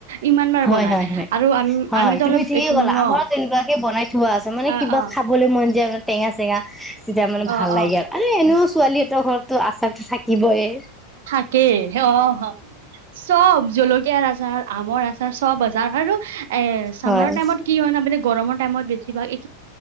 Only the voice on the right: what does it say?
ইমান বাৰ
বনাই
আৰু আমি
আমিতো
অলপ
এইটো
ন
অ
অ
অ
অ
থাকেই অ', চব জলকীয়াৰ আচাৰ আমৰ আচাৰ চব আজাৰ হয় আৰু এ চামাৰৰ
টাইমত কি হয় ন মানে গৰমত টাইমত বেছিভাগ এই